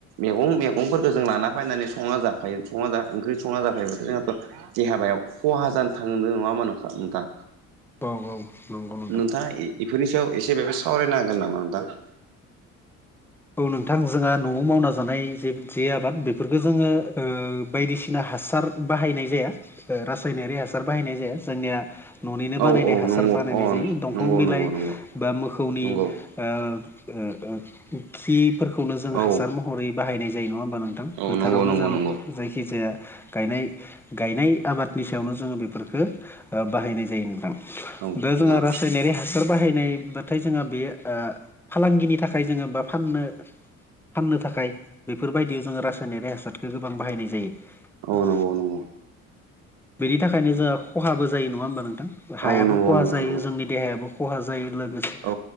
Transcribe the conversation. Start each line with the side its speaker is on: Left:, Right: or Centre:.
Right: मेगं मेगंफोरखौ जों लाना फैनानै संना जाफायो संना जा ओंख्रि संना जाफायोबाथ' जोंहाथ' देहाबायाव खहा जानो थांदों नङा होनबा नोंथां?
Centre: औ औ नंगौ नोंथां
Right: नोंथाङा इ-इफोरनि सायाव एसे बाबो सावरायनो हागोन नामा नोंथां?
Centre: औ नोंथां जोंहा न'आव मावना जानाय जे जे आबाद बे फोरखो जोङो ओ बायदिसिना हासार बाहायनाय जाया। ओ रासायनारि हासार बाहायनाय जाया जोंनिया न'निनो
Right: औ
Centre: बानायनाय
Right: औ
Centre: हासार
Right: नंगौ
Centre: बानायनाय
Right: अ
Centre: जायो दंफां
Right: नंगौ
Centre: बिलाइ
Right: नंगौ नंगौ
Centre: बा मो इ
Right: नंगौ
Centre: ओ ओ खिफोरखौनो जोङो
Right: औ
Centre: हासार महरै बाहायनाय जायो नङा होमबा नोंथां
Right: औ
Centre: फोथारावनो
Right: नंगौ नंगौ
Centre: जा
Right: नंगौ
Centre: जायखि जाया गायनाय गायनाय आबादनि सायावनो जोङो बेफोरखो ओ बाहायनाय जायो नोंदां।
Right: औ
Centre: दा
Right: नंगौ
Centre: जोंहा रासायनारि हासार बाहायनाय बा थाय जोंहा बे ओ फालांगिनि थाखाय जोङो बा फाननो फाननो थाखाय बेफोरबायदियाव जोङो रासायनारि हासारखो गोबां बाहायनाय जायो।
Right: औ नंगौ नंगौ
Centre: बेनि थाखायनो जोंहा खहाबो जायो नङा होमबा नोंथां? हायाबो
Right: औ नंगौ
Centre: खहा
Right: नंगौ
Centre: जायो
Right: नंगौ
Centre: जोंनि देहायाबो खहा जायो लोगोसे
Right: औ